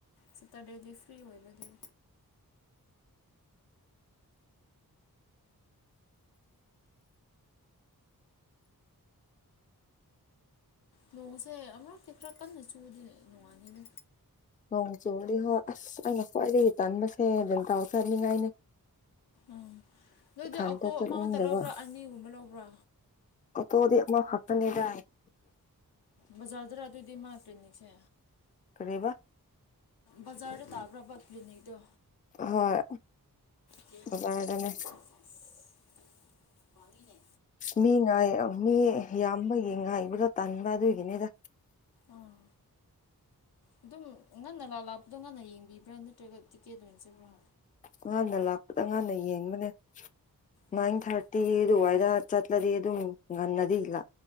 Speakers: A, on the left; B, on the left.
A: ꯁꯦꯇꯔꯗꯦꯗꯤ ꯐ꯭ꯔꯤ ꯑꯣꯏꯕ ꯑꯗꯨꯏ ꯅꯣꯡꯁꯦ ꯑꯃꯛꯇꯤ ꯈꯔ ꯀꯟꯅ ꯆꯨꯔꯗꯤ ꯅꯣꯡꯉꯥꯅꯤꯗ
B: ꯅꯣꯡ ꯆꯨꯗꯤ ꯍꯣꯏ ꯑꯁ ꯑꯩꯅ ꯈ꯭ꯋꯥꯏꯗꯒꯤ ꯇꯟꯥꯟꯕꯁꯦ ꯑꯗꯨꯦꯟ ꯇꯥꯎ ꯆꯥꯅꯤꯡꯉꯥꯏꯅꯦ
A: ꯎꯝ ꯅꯣꯏꯗꯤ
B: ꯏꯊꯟꯇ
A: ꯑꯥꯎꯇꯣ
B: ꯆꯠꯅꯤꯡꯗꯕ
A: ꯑꯃ ꯉꯛꯇ ꯂꯧꯕ꯭ꯔꯥ ꯑꯅꯤꯒꯨꯝꯕ ꯂꯧꯕ꯭ꯔꯥ
B: ꯑꯣꯠꯇꯣꯗꯤ ꯑꯃꯥ ꯈꯛꯇꯅꯦꯗ
A: ꯕꯖꯥ꯭ꯔꯗꯔ ꯑꯗꯣꯏꯗꯤ ꯃꯥ ꯀ꯭ꯂꯤꯅꯤꯛꯁꯦ
B: ꯀꯔꯤꯕ
A: ꯕꯖꯥꯔꯗ ꯇꯥꯕ꯭ꯔꯕꯥ ꯀ꯭ꯂꯤꯅꯤꯛ ꯇꯣ
B: ꯍꯣꯏ
A: ꯇꯦꯝꯒꯤ
B: ꯕꯖꯥꯔꯗꯅꯦ
A: ꯄꯈꯥꯡ ꯁꯦꯁ ꯃꯥꯡꯉꯤꯅꯦ
B: ꯃꯤ ꯉꯥꯏ ꯑ ꯃꯤ ꯌꯥꯝꯕꯒꯤ ꯉꯥꯏꯕꯗꯣ ꯇꯟꯕ ꯑꯗꯨꯒꯤꯅꯤꯗ
A: ꯑꯪ ꯑꯗꯨꯝ ꯉꯟꯅ ꯂ ꯂꯥꯛꯄꯗꯣ ꯉꯟꯅ ꯌꯦꯡꯕꯤꯕ꯭ꯔꯥ ꯅꯠꯇ꯭ꯔꯒ ꯇꯤꯀꯦꯠ ꯑꯣꯏꯅ ꯆꯕ꯭ꯔ
B: ꯉꯥꯟꯅ ꯂꯥꯛꯄꯗ ꯉꯥꯟꯅ ꯌꯦꯡꯕꯅꯦ ꯅꯥꯏꯟ
A: ꯑꯣ
B: ꯊꯥꯔꯇꯤ ꯑꯗꯨꯋꯥꯏꯗ ꯆꯠꯂꯗꯤ ꯑꯗꯨꯝ ꯉꯟꯅꯗꯤ ꯂ